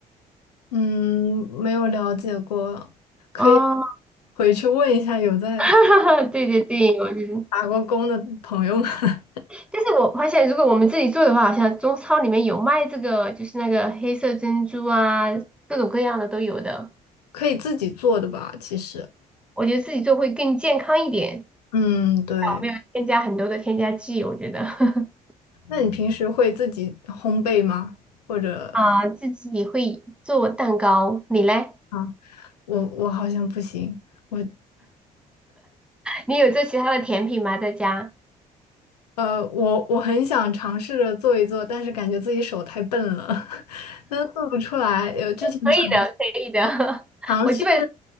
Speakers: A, on the left; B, in the centre.
A: 嗯，没有了解过，可以
B: 哦，
A: 回去问一下有在
B: <laughs> 对对对，我知
A: 打过工的朋友们，<laughs>
B: 但是我发现，如果我们自己做的话，好像中超里面有卖这个，就是那个黑色珍珠啊，各种各样的都有的。
A: 可以自己做的吧？其实，
B: 我觉得自己做会更健康一点，
A: 嗯，对。
B: 没有添加很多的添加剂。我觉得 <laughs>
A: 那你平时会自己烘焙吗？或者
B: 啊，自己会做蛋糕，你嘞？
A: 啊，我我好像不行，我
B: 你有做其他的甜品吗？在家？
A: 呃，我我很想尝试着做一做，但是感觉自己手太笨了，<laughs> 那做不出来。有之前。
B: 可以的，
A: 尝。
B: 可以的。<laughs>
A: 尝试，
B: 我基本